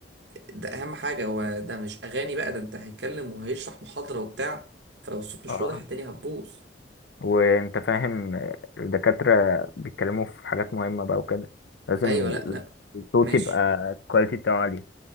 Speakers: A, on the right; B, on the left.
A: ده اهم حاجه هو ده مش اغاني بقى ده انت هيتكلم وهيشرح محاضره وبتاع فلو الصوت مش
B: آه،
A: واضح الدنيا هتبوظ
B: وانت فاهم آه، الدكاترة بيتكلموا في حاجات مهمة بقى وكده لازم
A: ايوه لا
B: ي-
A: لا
B: الصوت
A: ماشي
B: يبقى الكواليتي بتاعه عالية